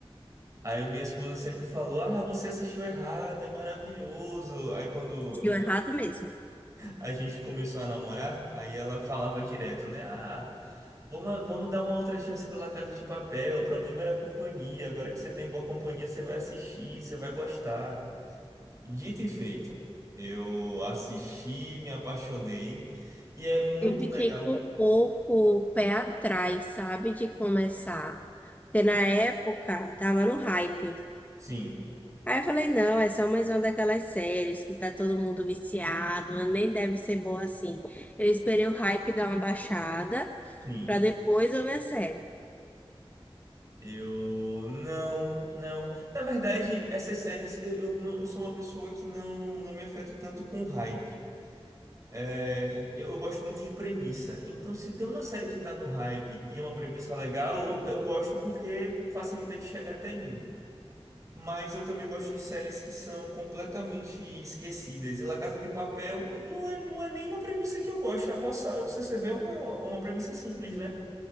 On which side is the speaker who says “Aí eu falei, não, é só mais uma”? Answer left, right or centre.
Left